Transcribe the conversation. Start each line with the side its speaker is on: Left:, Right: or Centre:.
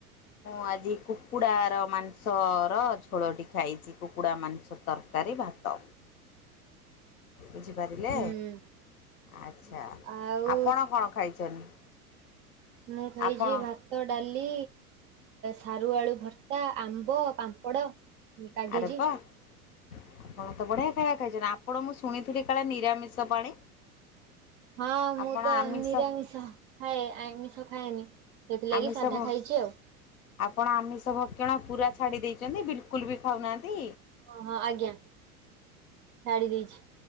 Left: ମୁଁ ଆଜି କୁକୁଡାର ମାଂସର ଝୋଳ ଟିକେ ଖାଇଛି। କୁକୁଡ଼ା ମାଂସ ତକାରୀ ଭାତ। ବୁଝିପାରିଲେ
Right: ହୁଁ
Left: ଆଚ୍ଛା।
Right: ଆଉ
Left: ଆପଣ କଣ ଖାଇଛନ୍ତି?
Right: ମୁଁ ଖାଇଛି
Left: ଆପଣ
Right: ଭାତ, ଡାଲି, ସାରୁ ଆଳୁ ଭତ୍ତା। ଆମ୍ବ, ପାମ୍ପଡ଼, କାଗେଜି
Left: ଆରେ ବା। ଆପଣ ତ ବଢିଆ ଖାଇବା ଖାଇଛନ୍ତି। ଆପଣ ମୁଁ ଶୁଣିଥିଲି କାଳେ ନିରାମିଷ ପାଣି।
Right: ହଁ ମୁଁ
Left: ଆପଣ
Right: ତ
Left: ଆମିଷ
Right: ନିରାମିଷ ଖାଏ ଆାମିଷ ଖାଏନି। ସେଥିଲାଗି
Left: ଆମିଷ
Right: ସାଧା
Left: ଭ
Right: ଖାଇଛି ଆଉ
Left: ଆପଣ ଆମିଷ ଭକ୍ଷଣ ପୁରା ଛାଡ଼ି ଦେଇଛନ୍ତି। ବିଲକୁଲୁ ବି ଖାଉନାହାନ୍ତି।
Right: ହଁ ହଁ ଆଜ୍ଞା। ଛାଡି ଦେଇଛି।